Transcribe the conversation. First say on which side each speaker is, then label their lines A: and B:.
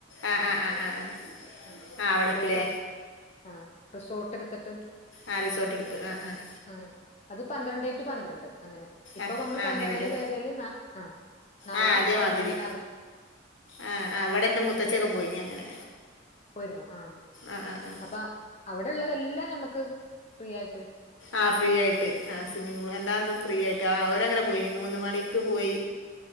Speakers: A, on the left; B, on the left.
A: ആഹ് ആഹ് ആഹ് ആഹ് ആഹ്
B: ഉം
A: ആഹ് അവടക്ക്ലേ
B: കോഴിക്കോ ആഹ് റിസോട്ട്ട്ത്ത്ട്ട്
A: ആഹ് റിസോട്ട്ട്ത്ത് ആഹ് ആഹ്
B: ആഹ് അത് പന്ത്രണ്ടേ റ്റു പന്ത്രണ്ട് അങ്ങെനെ ഇപ്പം
A: ആഹ്
B: അമ്മെള്
A: ആഹ്
B: പന്ത്രണ്ട്ന്
A: അങ്ങനെല്ലേ
B: കേറ്യാല് നാ ആഹ് നാളെ
A: ആഹ് അതേമാതിരി
B: പന്ത്രണ്ടിന് എർങ്ങും
A: ആഹ് അവടെ ഇന്റെ മൂത്തച്ചി ഒക്കെ പോയിനി അങ്ങനെ
B: പോയിരുന്നോ ആഹ്
A: ആഹ് ആഹ് ആഹ്
B: അപ്പ അവടെ ഇള്ളതെല്ലാം ഞമ്മക്ക് ഫ്രീയായിട്ട്
A: ആഹ് ഫ്രീയായിട്ട് ആഹ് സ്വിമ്മിംഗ് പൂൾ എല്ലാതും ഫ്രീയായിട്ട് ആഹ് അവരങ്ങനെ പോയിനി മൂന്ന് മണിക്ക് പോയി